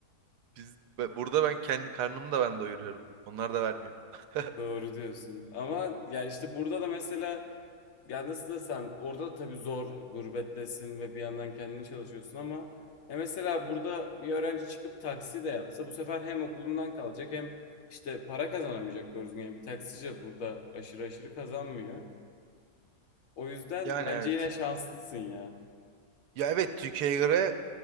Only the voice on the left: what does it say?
Doğru diyorsun. Ama ya işte burada da mesela Ya nasıl desem orada da tabii zor gurbettesin ve bir yandan kendini çalışıyorsun ama ya mesela burada bir öğrenci çıkıp taksi de yapsa bu sefer hem okulundan kalacak hem işte para kazanamayacak doğru düzgün. Yani bir taksici burada aşırı aşırı kazanmıyor. O yüzden
bence
yine şanslısın ya.